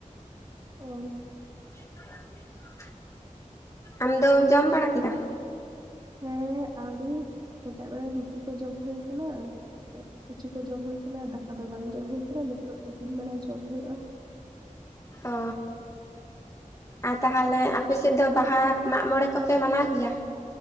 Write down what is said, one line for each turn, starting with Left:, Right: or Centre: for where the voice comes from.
Right: ᱳ᱾
Left: <unintelligible> ᱟᱢ ᱫᱚᱢ ᱡᱚᱢ ᱵᱟᱲᱟ ᱠᱮᱫᱟ?
Right: ᱦᱮᱸ ᱟᱣᱨᱤ ᱥᱮᱛᱟᱜ ᱵᱮᱲᱟ ᱨᱩᱴᱤ ᱠᱚ ᱡᱚᱢ ᱦᱩᱭ ᱠᱟᱱᱟ᱾ ᱮᱸ ᱠᱤᱪᱷᱩ ᱠᱚ ᱡᱚᱢ ᱦᱩᱭ ᱠᱟᱱᱟ᱾ ᱫᱟᱠᱟ ᱫᱚ ᱵᱟᱝ ᱡᱚᱢ ᱦᱩ ᱠᱟᱱᱟ᱾ ᱱᱤᱛᱚᱜ ᱛᱤᱠᱤᱱ ᱵᱮᱲᱟ ᱡᱚᱢ ᱦᱩᱭᱩᱜ-ᱟ᱾
Left: ᱚ ᱟᱨ ᱛᱟᱦᱚᱞᱮ ᱟᱯ ᱟᱯᱮ ᱥᱮᱫ ᱫᱚ ᱵᱟᱦᱟ ᱢᱟᱜᱽ ᱢᱚᱬᱮ ᱠᱚᱯᱮ ᱢᱟᱱᱟᱣ ᱜᱮᱭᱟ?